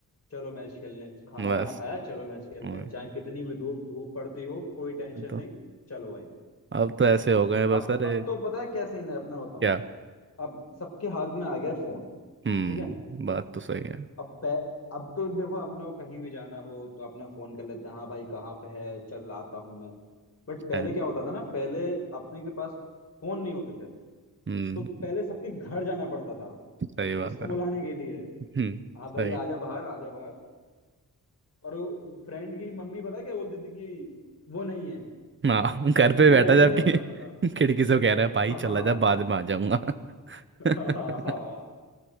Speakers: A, on the left; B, on the right.
A: चलो मैच खेलने खाना
B: बस
A: वाना खाया चलो मैच खेलने
B: और-
A: चाहे कितनी भी धूप धूप पड़ती हो कोई टेंशन
B: तो
A: नहीं चलो भाई
B: अब तो ऐसे हो गए बस
A: अब
B: अरे
A: अब तो पता है क्या सीन है अपना बताऊं
B: क्या
A: अब सबके हाथ में आ गया फोन
B: हम्म
A: ठीक है
B: बात तो सही है,
A: अब पै, अब तो देखो अपना को कहीं भी जाना हो तो अपना फोन कर लेते हैं हाँ भाई कहाँ पे है चल आता हूँ मैं बट पहले
B: है
A: क्या होता था ना पहले अपने के पास फोन नहीं होते थे
B: हम्म
A: तो पहले सबके घर जाना पड़ता था
B: सही बात
A: उसको बुलाने
B: है
A: के लिए
B: हम्म
A: हाँ भाई
B: सही
A: आजा बाहर आजा बाहर और वो फ्रेंड की मम्मी पता है क्या बोलती थी कि वो नहीं है
B: हाँ घर
A: और
B: पे
A: वो
B: बैठा
A: घर में
B: जबकि
A: ही होता था
B: खिड़की से कह रहा है भाई
A: <laughs> हाँ हाँ
B: चला जा बाद में आ जाऊंगा <laughs>
A: हाँ हाँ हाँ।